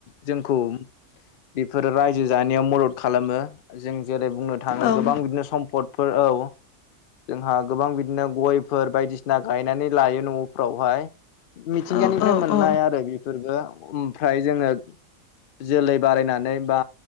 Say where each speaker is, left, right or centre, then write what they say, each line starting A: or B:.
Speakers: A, on the left; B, on the left.
A: जोंखौ बेफोरो राय जो जानायाव मदद खालामो जों जेरै बुंनो थाङो
B: औ
A: गोबां बिदिनो सम्पदफोर औ जोंहा गोबां बिदिनो गयफोर बायदिसिना गायनानै लायो न'फोरावहाय मिथिंगानिफ्राय
B: औ औ
A: मोननाय
B: औ
A: आरो बि फोरबो ओमफ्राय जोङो जोलै बारायनानै बा